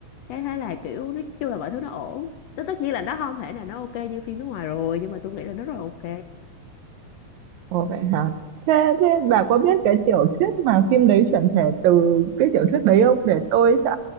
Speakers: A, on the left (about 75°); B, on the right (about 75°).
A: cái thế là kiểu nói chung là mọi thứ nó ổn tất tất nhiên là nó không thể nào nó ok như phim nước ngoài rồi nhưng mà tôi nghĩ là nó rất là ok
B: Ồ vậy hả? Thế thế bà có biết cái tiểu thuyết mà phim đấy chuyển thể từ cái tiểu thuyết đấy không? Để tôi sẽ